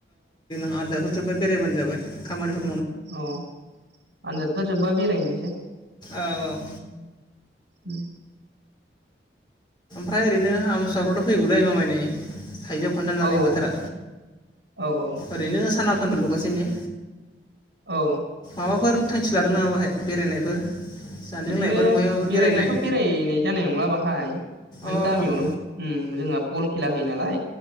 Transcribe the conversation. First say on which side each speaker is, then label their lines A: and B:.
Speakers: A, on the left (about 25°); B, on the right (about 80°).
A: आनजाफोर जोब्बा बेरायबानो जाबाय खामानिफोरखौ
B: औ आनजादफोर जोब्बा बेरायनो <inaudible>
A: औ औ
B: उम
A: ओमफाय ओरैनो आमसुवाफ्राथ फैगौलै मामाय नै थाइजौ खान्थाल जानाय
B: औ
A: बोथोरा
B: औ औ
A: ओरैनोस साना सान्थल'खासै ने
B: औ
A: माबाफोर थांखि लादों नामा बाहाय बेरायनायफोर जानाय
B: बिदिनो
A: लोंनायफोर बहायबाफोर
B: बेरायनायाथ'
A: बेरायनाय
B: बेरायनाय जानाय नंला बाहाय माने
A: अ
B: गामियावनो
A: ह ह
B: ओ जोंहा फल खेला होयो नालाय